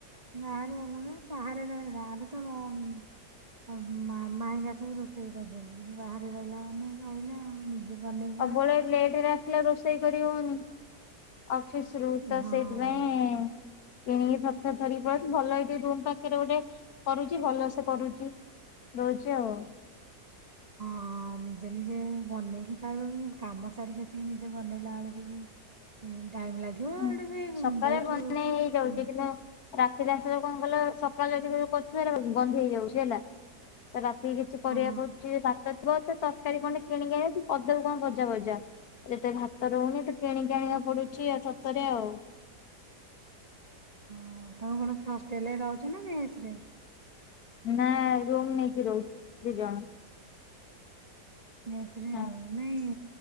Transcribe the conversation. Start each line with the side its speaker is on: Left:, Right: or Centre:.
Right: ଗାଁରେ ଅଲଗା ବାହାରେ ରହିଲା ଆ ତ ମାଇଁଙ୍ଗା ସବୁ ରୋଷେଇ କରିଦିଅନ୍ତି କିନ୍ତୁ ବାହାରେ ରହିଲା ମନେଇ କହିଲା ଆଉ ନିଜେ ବନେଇବ।
Left: ସବୁବେଳେ ଲେଟ୍ ରେ ରୋଷେଇ କରି ହଉନି ଅଫିସ ରୁ ତ
Right: ହଁ।
Left: ସେଥୀ ପାଇଁ ଭାଇ କିଣିକି ଥରକାଥରିକି ପ ଭଲ ଏଠି ରୁ ପାଖରେ ଗୋଟେ କରୁଛି ଭଲ ସେ କରୁଛି। ରହୁଛି ଆଉ।
Right: ହଁ, ନିଜେ ନିଜେ ବନେଇକି ଖାଇବା ବି, କାମ ସାରିକି ଆସିକି ନିଜେ ବନେଇଲା ଆଳକୁ ବି ଟାଇମ୍ ଲାଗିବ
Left: ହୁଁ
Right: ଆଡେ ବି
Left: ସକାଳେ
Right: ବହୁତୁ
Left: ବନେଇ
Right: ଉଁ
Left: ହେଇଯାଉଛି କିନ୍ତୁ ରାତିରେ ଆସିଲେ କଣ କଲେ ସକାଳ ଯାଇଥିବି, କରୁଥିବି ହେରା ଗନ୍ଧେଇ ହେଇଯାଉଛି ହେଲା ତ ରା କିଛି କରିବାକୁଚି
Right: ହଁ
Left: ଭାତ ଥିବ ତ ତରକାରୀ କଣ କିଣିକି ଆଣିକି କରଦବୁ କଣ ଭଜା ବଜା। ଏତେ ଭାତ ରହୁନି, ଟୁ କିଣିକି ଆଣିବା ପଡୁଛି। ଆଉ ଛତ୍ ତରେ ଆଉ
Right: ହଁ, ତମେ କଣ ସେ ହଷ୍ଟେଲ ରେ ରହୁଛ ନା ମେସ୍ ରେ?
Left: ନା ରୁମ୍ ନେଇକି ରହୁଛୁ ଦି ଜଣ।
Right: ମେସ୍ ରେ
Left: ହଁ
Right: ଆଉ ନାଇଁ